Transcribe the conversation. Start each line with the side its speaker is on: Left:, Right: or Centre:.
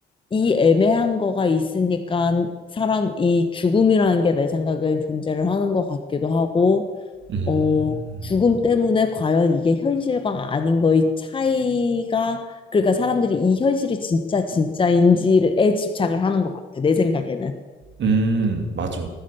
Left: 이 애매한 거가 있으니까 사람, 이 죽음이라는 게 내 생각엔 존재를 하는 것 같기도 하고,
Right: 음.
Left: 어, 죽음 때문에 과연 이게 현실과 아닌 거의 차이가, 그러니까 사람들이 이 현실이 진짜 진짜인지에 집착을 하는 것 같아, 내 생각에는.
Right: 음, 맞아.